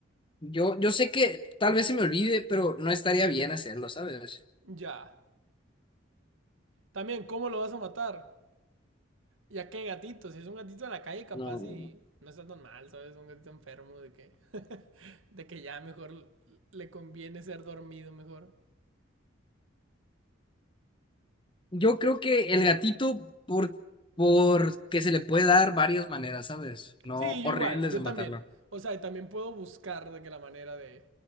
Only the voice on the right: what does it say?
Ya. También, ¿cómo lo vas a matar? Ya que gatito, si es un gatito de la calle, capaz
y no está tan mal, ¿sabes? Un gatito enfermo de que, <laughs> de que ya mejor le conviene ser dormido mejor.
Sí, yo
igual, yo
también. O sea, y también puedo buscar de que la manera de